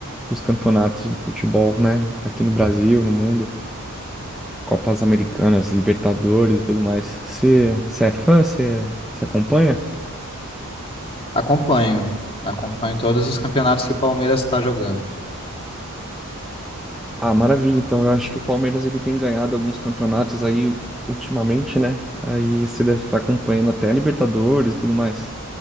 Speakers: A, in the centre; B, on the left.
A: dos campeonatos do futebol, né? Aqui no Brasil, no mundo. Copas Americanas, Libertadores e tudo mais. Você você é fã? Você você acompanha?
B: Acompanho. Acompanho todos os campeonatos que o Palmeiras está jogando.
A: Ah, maravilha. Então, eu acho que o Palmeiras ele tem ganhado alguns campeonatos aí ultimamente, né? Aí você deve estar acompanhando até a Libertadores e tudo mais.